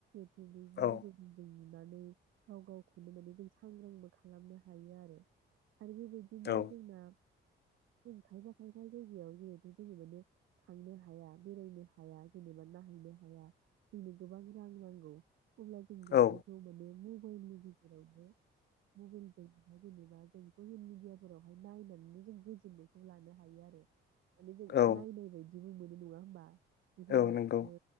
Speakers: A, on the right; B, on the left.
A: दुब्लिनि
B: औ
A: गेजेरजों जों मोन नानै गाव गावखौनो माने जों सांग्रांबो खालामनो हायो आरो। आरो बेबायदिनो
B: औ
A: जोंना जों खायफा खायफा जायगायाव जिहेथु जोंङो माने थांनो हाया बेरायनो हाया जेनेबा नायहैनो हाया जोंनो गोबां रां नांगौ। अब्ला जों बेफोरखौ
B: औ
A: माने मुं मबाइल नि गेजेरावनो मबाइलजों जेनेबा जों ससियेल मिडियाफोरावहाय नायनानैनो जों गोजोननायखौ लानो हायो आरो। माने जों
B: औ
A: नायनाय बायदि। बिदि मोनो नंङा होमबा? बेफोरबायदिनो
B: औ नंगौ